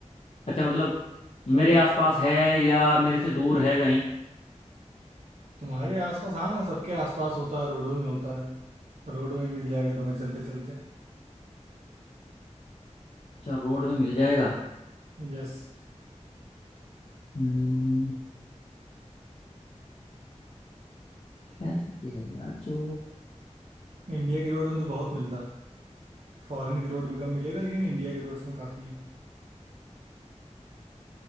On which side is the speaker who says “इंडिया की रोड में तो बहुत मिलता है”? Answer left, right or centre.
Right